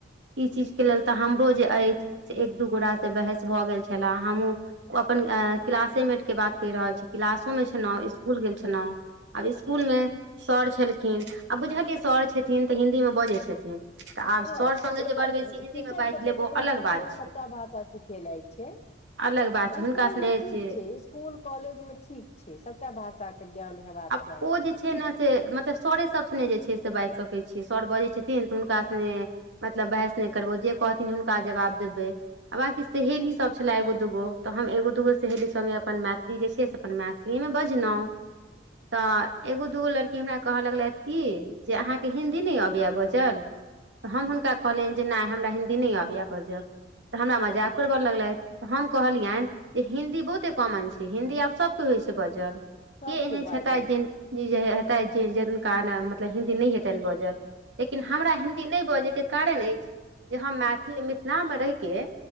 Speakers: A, on the right (about 65°); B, on the left (about 35°).
A: ई चीज के लेल तऽ हमरो जे अछि से एक दू गोट से बहस भऽ गेल छले हमहुँ अपन क्लासेमेट के बात कहि रहल छी क्लासो मे छलहुँ स्कुल गेल छलहुँ आब स्कूल
B: तऽ
A: मे सर छलखिन आ बुझलिय सर छथिन तऽ हिन्दी मे बजै छथिन तऽ आब
B: हँ
A: सर सङ्गे
B: ओकर
A: जे बड़ बेसी हिन्दीमे
B: टीचर
A: बाजि
B: के
A: लेब
B: त
A: ओ
B: जरूरत
A: अलग बात
B: छै सभटा भाषा सिखेनाय छै
A: अलग बात छै हुनका
B: इस्कूल
A: सने
B: मे ठीक
A: जे
B: छै इस्कूल कूल कॉलेज मे ठीक छै सबटा भाषा के ज्ञान हेबाक
A: आब
B: चाही
A: ओ जे छै ने से मतलब सरे सब सने जे छै से बाजि सकै छियै सर बजै छथिन तऽ हुनका सने मतलब बहस नहि करबौ जे कहथिन हुनका जवाब देबै आ बाँकी सहेलीसभ छलए एगो दूगो तऽ हम एगो दूगो सहेली संगे अपन मैथिली जे छै अपन मैथिलीएमे बजलहुँ तऽ एगो दूगो लड़की हमरा कहय लगलथि कि जे अहाँके हिन्दी नहि अबैए बजल? हम हुनका कहलियनि जे नहि हमरा हिन्दी नहि अबय बजब तऽ हमरा मजाकड़ उरबे लगलैत हम कहलियनि जे हिन्दी बहुते कॉमन छै हिन्दी आब सबके होइ छै बजल
B: सबके
A: के एहन छथिन
B: बाजल
A: जे हेतै ज मतलब हिन्दी नहि हेतै बजल लेकिन हमरा हिन्दी नहि बजयके कारण अछि जे हम मैथिली मिथिला मे रहि कऽ